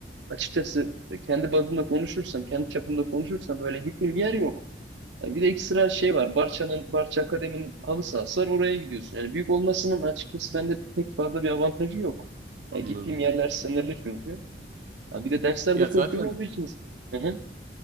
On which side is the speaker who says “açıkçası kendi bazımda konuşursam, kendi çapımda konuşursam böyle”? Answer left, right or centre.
Right